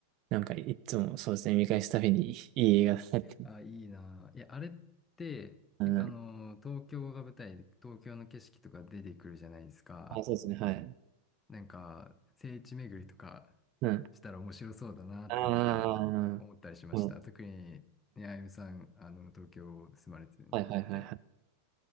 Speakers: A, on the right (about 40°); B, on the left (about 15°).
A: なんかいつもそうですね、見返すたびにいい映画だなって。
B: あ、いいなぁ。いや、あれって、
A: うん。
B: け、あのー、東京が舞台で、東京の景色とか出てくるじゃないですか。
A: あ、そうですね、はい。
B: なんか、聖地巡りとか
A: うん。
B: したら面白そうだなってなんか思ったりしました。
A: ああ、でも、
B: 特に、ね、あゆむさん、あの、東京住まれて
A: はいはいはいはい。
B: て。